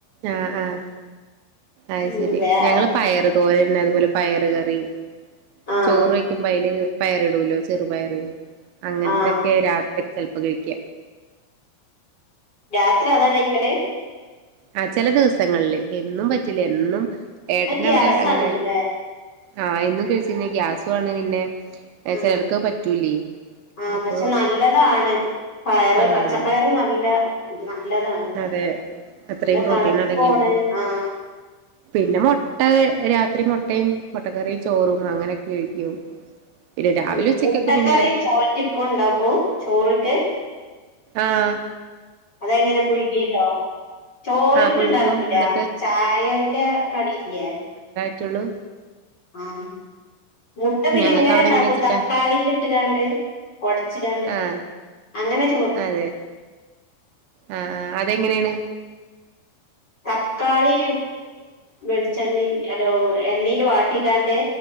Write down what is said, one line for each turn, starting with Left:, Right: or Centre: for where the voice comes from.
Right: ആഹ് ആഹ് അത്
Left: ഉം
Right: ശരി
Left: വേറെ
Right: ഞങ്ങള് പയറ് തോരൻ അതുപോലെ- പയറ് കറി
Left: ആഹ്
Right: ചോറ് വെക്കുമ്പോ അയില് പയറിടുലോ ചെറുപയറ്. അങ്ങനത്തെക്കെ
Left: ആഹ്
Right: രാത്രി ചെലപ്പം കഴിക്ക.
Left: രാത്രി അതാ കഴിക്കണേ?
Right: ആ ചില ദിവസങ്ങളില്- എന്നും പറ്റില്ല എന്നും ഏട്ടന്
Left: അത് ഗ്യാസാണ്ല്ലേ
Right: അവിടെ അങ്ങനെ- ആഹ് എന്നും കഴിച്ച് കഴിഞ്ഞാ ഗ്യാസു ആണ് പിന്നെ-
Left: ആഹ്
Right: ചിലർക്ക് പറ്റൂലേ
Left: ആഹ്
Right: അപ്പൊ
Left: പക്ഷെ നല്ലതാണ് പയറ്
Right: ആഹ്
Left: പച്ചപ്പയറ് നല്ല- <unintelligible> നല്ലതാണ്
Right: അതെ അത്രയും
Left: നല്ല
Right: പ്രോട്ടീൻ
Left: തണുപ്പാണ്,
Right: അടങ്ങിയിട്ടുണ്ടല്ലോ
Left: ആഹ്
Right: പിന്നെ മൊട്ട രാത്രി മൊട്ടയും മൊട്ടക്കറിയും ചോറും അങ്ങനെയൊക്കെ കഴിക്കും. പിന്നെ രാവിലെ
Left: ഉ
Right: ഉച്ചക്കൊക്കെ
Left: മുട്ടക്കറി
Right: പിന്നെ
Left: ഉണ്ടാക്കും ചോറക്ക്
Right: ആഹ
Left: അതെ എങ്ങനെ പുഴുകിട്ടോ ചോറക്ക്
Right: ആഹ് പുഴുങ്ങും
Left: ഇണ്ടാക്കൂല
Right: എന്നിട്ട്
Left: ചായന്റെ കടില്ലേ?
Right: <unintelligible> ഉള്ളു
Left: ആഹ മുട്ട പിന്നെ
Right: ഞങ്ങൾക്ക്
Left: ഇങ്ങനെ
Right: അവിടെ
Left: ഉണ്ടാക്കും
Right: എങ്ങനെ വെച്ചിട്ടാ
Left: തക്കാളിയിൽ ഇടാണ്ട് ഉടച്ച്
Right: ആഹ്
Left: അങ്ങനെ -
Right: അതെ ആ അതെങ്ങനെ <inaudible>
Left: തക്കാളി വെളിച്ചെണ്ണയിൽ അല്ലോ എണ്ണയിൽ വാട്ടിക്കാണ്ടേ-